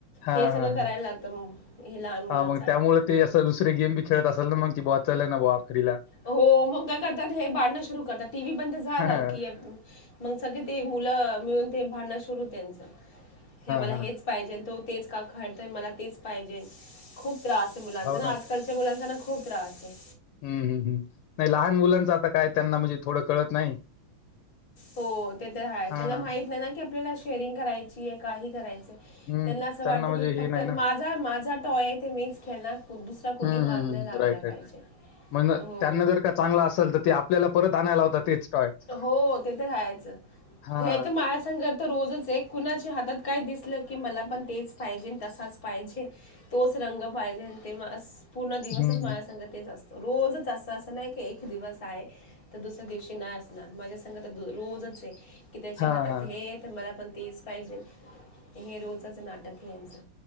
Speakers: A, on the left; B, on the left.
A: हां,
B: हे सगळ
A: हां,
B: करायला
A: हां.
B: लागत हे लहान मुलांसाठी.
A: हां, मग त्यामुळे ते असं दुसरे गेम बी खेळत असेल ना मग की बवा चल ना बवा खरीला
B: हो मग काय करतात हे भांडण सुरू करतात. टी व्ही बंद झाल
A: हां,
B: की मग सगळे ते मुल मिळून ते भांडण सुरू त्यांच. हे मला
A: हां.
B: हेच पाहिजे तो तेच का खळतोय. मला तेच पाहिजे खूप त्रास मुलांचा
A: हो
B: ना, आजकालच्या मुलांचा ना खूप त्रास आहे.
A: हम्म हम्म हम्म नाही लहान मुलांच आता काय त्यांना म्हणजे थोड कळत नाही.
B: हो ते तर आहेच.
A: हां.
B: त्याला माहित नाही ना की आपल्याला शेअरिंग करायची आहे. काही करायचय.
A: हं.
B: त्यांना अस वाटत
A: म्हणजे
B: की, फक्त
A: हे नाही ना.
B: माझा माझा टॉय ते मीच खेळणार. को- दुसरा कोणी
A: हम्म हम्म
B: हात
A: हम्म
B: नाही लावायला
A: राईट राईट.
B: पाहिजे
A: म्हण
B: हो
A: त्यांना जर का चांगल असेल तर, ते आपल्याला परत आणायला लावता तेच टॉय.
B: हो ते ते खायच
A: हां.
B: हे तर माझ्या संग तर रोजच. एक कुणाच्या हातात काय दिसल की मला पण तेच पाहिजे. त पाहिजे, तोच रंग पाहिजे. तेव्हा पूर्ण दिवसच
A: हं,
B: माझ्या
A: हं.
B: संग तेच असतं. रोजच अस अस नाही की एक दिवस आहे तर दुसऱ्या दिवशी नाही असणार. माझे रोजच आहे. की त्याच्या
A: हां,
B: हातात
A: हां.
B: हे तर मला पण तेच पाहिजे. हे रोजच नाटक आहे यांच.